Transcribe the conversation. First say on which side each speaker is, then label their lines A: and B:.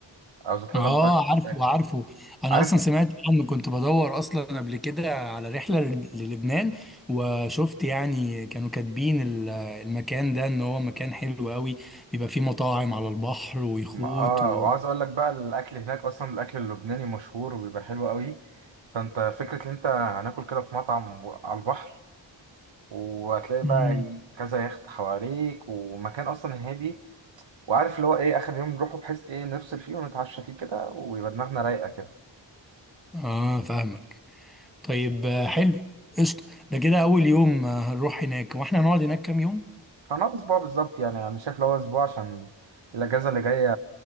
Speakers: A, on the right; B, in the centre.
A: او زيتونة
B: اه
A: باي مش
B: عارفه
A: فاكر
B: عارفه انا
A: عارف
B: اصلا سمعت عنه كنت بدور اصلا قبل كده على رحله ل- للبنان وشفت يعني كانوا كاتبين ال- المكان ده ان هو مكان حلو قوي بيبقى فيه مطاعم على البحر ويخوت
A: ما اه
B: و...
A: وعاوز اقول لك بقى الاكل هناك اصلا الاكل اللبناني مشهور وبيبقى حلو قوي فانت فكره ان انت هناكل كده في مطعم و- على البحر وهتلاقي
B: مم.
A: بقى ي- كذا يخت حواليك ومكان اصلا هادي وعارف اللي هو ايه اخر يوم نروحه بحيث ايه نفصل فيه ونتعشى فيه كده ويبقى دماغنا رايقه كده
B: اه فاهمك طيب آه، حلو قشطة ده كده أول يوم آه، هنروح هناك وإحنا هنقعد هناك كام يوم؟
A: هنقعد اسبوع بالظبط يعني انا شايف اللي هو اسبوع عشان الاجازه اللي جايه